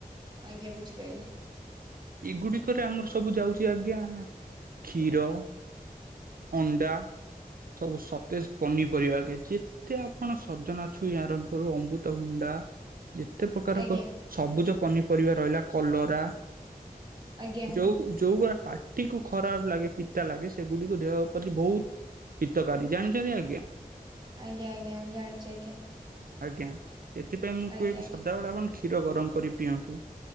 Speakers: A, on the right (about 25°); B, on the right (about 70°).
A: ଆଜ୍ଞା ବୁଝିପାଇଲିି।
B: ଏଗୁଡିକରେ ଆମର ସବୁ ଯାଉଚି ଆଜ୍ଞା କ୍ଷୀର, ଅଣ୍ଡା, ସବୁ ସତେଜ ପନିପରିବା ଆଜ୍ଞା। ଯେତ ତେ ଆପଣ ସଜନା ଛୁଇଁ ଆରମ୍ଭ କରୁ ଅମ୍ବୁତଭଣ୍ଡା। ଯେତେ ପ୍ରକାରକ
A: ଆଜ୍ଞା
B: ସବୁଜ ପନିପରିବା ରହିଲା କଲରା।
A: ଆଜ୍ଞା।
B: ଯୋଉ ଯୋଉଗୁଡ଼ା ପାଟିକୁ ଖରାପ ଲାଗେ ପିତା ଲାଗେ ସେଗୁଡ଼ିିକ ଦେହ ପ୍ରତି ବହୁତ ହିତକାରି ଜଣିଚନ୍ତି ଆଜ୍ଞା?
A: ଆଜ୍ଞା ଆଜ୍ଞା ଜାଣିଚି ଆଜ୍ଞା।
B: ଆଜ୍ଞା ସେଥିପାଇଁ ମୁଁ
A: ଆଜ୍ଞା
B: କୁହେ କି
A: ଆଜ୍ଞା।
B: ସଦାବେଳେ ଆପଣ କ୍ଷୀର ଗରମ କରି ପିଅନ୍ତୁ।